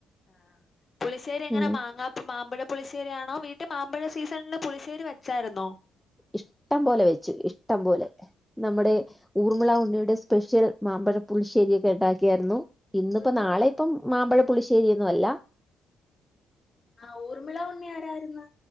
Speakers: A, on the left; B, in the centre.
A: ആഹ് പുളിശ്ശേരി എങ്ങനെ
B: ഉം
A: മാങ്ങ മാമ്പഴ പുളിശ്ശേരി ആണോ? വീട്ടിൽ മാമ്പഴ സീസണിൽ പുളിശേരി വെച്ചാരുന്നോ?
B: ഇഷ്ടം പോലെ വെച്ചു ഇഷ്ടം പോലെ നമ്മുടെ ഊർമിള ഉണ്ണിയുടെ സ്പെഷ്യൽ മാമ്പഴ പുളിശ്ശേരിയൊക്കെ ഉണ്ടാക്കിയായിരുന്നു. ഇന്നിപ്പോ
A: ഊർമിള
B: നാളെ ഇപ്പം മാമ്പഴ പുളിശ്ശേരി ഒന്നും അല്ല
A: ആഹ് ഊർമിള ഉണ്ണിആരായിരുന്ന്